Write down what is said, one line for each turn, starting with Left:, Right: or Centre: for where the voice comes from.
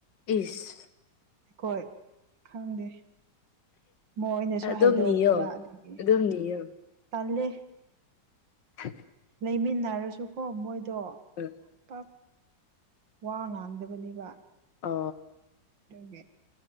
Left: ꯏꯁ
Right: ꯑꯩꯈꯣꯏ ꯈꯪꯗꯦ ꯃꯣꯏꯅꯁꯨ
Left: ꯑꯗꯨꯝ
Right: ꯍꯥꯏꯗꯣꯛꯑꯗꯦꯕ
Left: ꯅꯤꯌꯣ
Right: ꯑꯗꯨꯒꯤ
Left: ꯑꯗꯨꯝ ꯅꯤꯌꯣ
Right: ꯇꯜꯂꯤ
Left: <unintelligible>
Right: ꯂꯩꯃꯤꯟꯅꯔꯁꯨ ꯀꯣ ꯃꯣꯏꯗꯣ
Left: ꯎꯝ
Right: ꯄꯥꯛ ꯋꯥ ꯉꯥꯡꯗꯕꯅꯦꯕ
Left: ꯑ
Right: ꯒꯦ